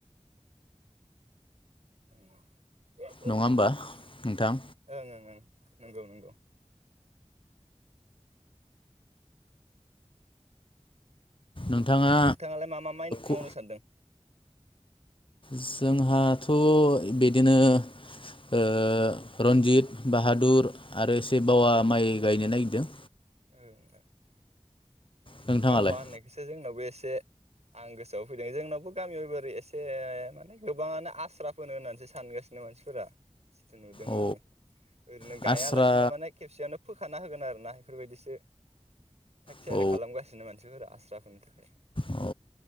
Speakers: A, on the right; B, on the left.
A: ओं ओं
B: नङा होमबा
A: ओं
B: नोंथां
A: ओं नंगौ नंगौ
B: नोंथाङा
A: नोंथाङालाय मा मा माइ मावनो
B: ओ
A: सानदों
B: जोंहाथ' बिदिनो ओ रन्जित बाहादुर आरो एसे बावा माइ गायनो नागिरदों
A: ओं ओं
B: नोंथाङालाय
A: बावा होननायखौसो जोंनावबो एसे आं गोसोआव फैदों जोंनावबो गामियाव एबारै एसे माने गोबाङानो आस्रा फो होननानैसो सानगासिनो मानसिफोरा जिथु नुदों
B: औ
A: माने ओरैनो
B: आस्रा
A: गायालासिनो माने खेबसेयावनो फोखाना होगोन आरो ना बेफोरबायदिसो थाग थियारि
B: औ
A: खालामगासिनो मानसिफोरा आस्रा फोनो थाखाय
B: औ